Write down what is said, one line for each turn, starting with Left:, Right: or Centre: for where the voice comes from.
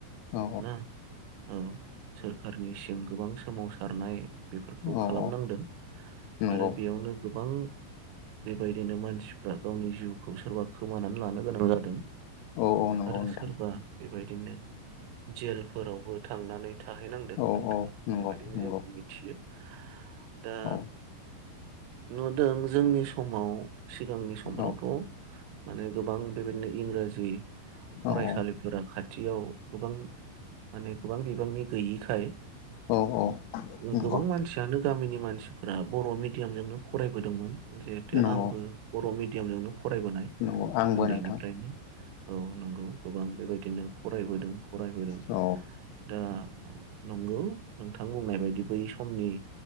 Left: औ
Right: ना औ सोरखारनिसिम गोबां सोमावसा खारनाय बेफोरखौ
Left: औ
Right: खालामनांदों
Left: औ नंगौ
Right: आरो बेयावनो गोबां बेबायदिनो मानसिफ्रा गावनि जिउखौ सोरबा खोमानानै लानो गोनां जादों।
Left: औ औ नंगौ
Right: आरो
Left: नोंथां
Right: सोरबा बेबायदिनो जेलफोरावबो थांनानै थाहैनांदों
Left: औ
Right: नोंथां
Left: औ
Right: होननाय
Left: नंगौ
Right: बायदिनो
Left: नंगौ
Right: जों मिथियो। दा
Left: औ
Right: नुदों जोंनि समाव सिगांनि
Left: औ
Right: समफ्रावथ' माने गोबां बेबायदिनो इंराजि फरायसालिफोरा
Left: औ
Right: खाथ थियाव गोबां माने गोबां बिबांनि गैयिखाय
Left: औ औ
Right: गो
Left: नंगौ
Right: गोबां मानसियानो गामिनि मानसिफोरा बर' मिडियामजोंनो फरायबोदोंमोन। जिहेतु
Left: नंगौ
Right: आंबो बर' मिड दियामजोंनो फरायबोनाय
Left: नंगौ आंबो
Right: उन्दैनिफ्रायनो
Left: नोंथां
Right: औ नंगौ। गोबां बेबायदिनो फरायबोदों फरायबोदों
Left: औ
Right: दा नंगौ नोंथां बुंनाय बायदि बै समनि